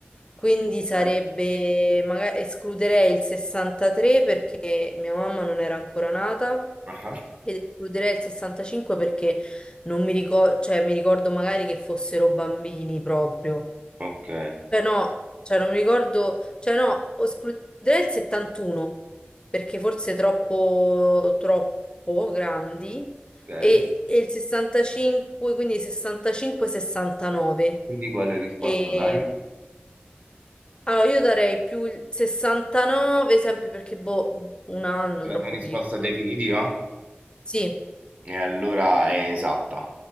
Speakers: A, on the left; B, on the right.
A: quindi
B: Ok,
A: sarebbe, magari escluderei il 63 perché mia mamma non era ancora nata.
B: Ah,
A: Ed escluderei il 65 perché non mi ricordo, cioè mi ricordo magari che fossero bambini proprio.
B: ok,
A: Cioè no, cioè non mi ricordo, cioè no, escluderei il 71 perché forse troppo, troppo grandi
B: ok.
A: e, e il 65, quindi 65-69.
B: Quindi quale risposta
A: E
B: dai?
A: allora io darei più il 69 sempre perché boh, un anno
B: La
A: troppo
B: tua risposta
A: piccolo.
B: definitiva?
A: Sì,
B: E allora è esatta.